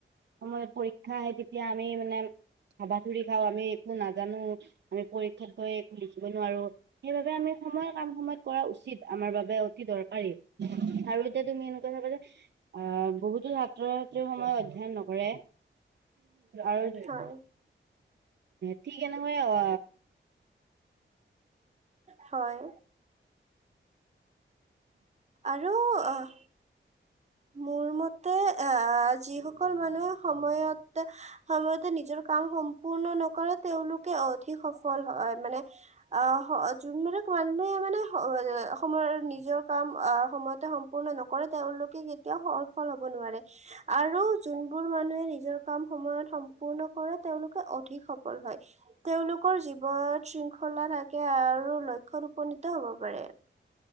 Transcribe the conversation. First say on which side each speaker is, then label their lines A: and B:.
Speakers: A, on the right (about 55°); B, on the right (about 35°).
A: সময়ত পৰীক্ষা আহে তেতিয়া আমি মানে হাবাথুৰি খাওঁ আমি একো নাজানো আমি পৰীক্ষাত গৈ একো লিখিব নোৱাৰো। সেইবাবে আমি সময়ৰ কাম সময়ত। কৰা উচিত আমাৰ বাবে অতি দৰকাৰী, আৰু এতিয়া তুমি এনেকুৱা থাকা যে। অহ, বহুতো ছাত্ৰ ছাত্ৰী সময়ত অধ্যয়ন নকৰে। আৰু?
B: হয়
A: ঠি কেনেকৈ অহ।
B: হয়। আৰু অহ। মোৰ মতে আ যিসকল মানুহ সময়ত। সময়তে নিজৰ কাম সম্পূৰ্ণ নকৰে তেওঁলোকে অধিক সফল হয় মানে আহ হ যোনবিলাক মানুহে মানে সময়ৰ নিজৰ কাম। আহ সময়তে সম্পূৰ্ণ নকৰে তেওঁলোকে কেতিয়াও সফল হব নোৱাৰে আৰু যোনবোৰ মানুহে নিজৰ কাম সময়ত সম্পূৰ্ণ কৰে তেওঁলোকে অধিক সফল হয়। তেওঁলোকৰ জীৱ শৃংখলা থাকে আৰু লক্ষ্যত উপনীত হব পাৰে।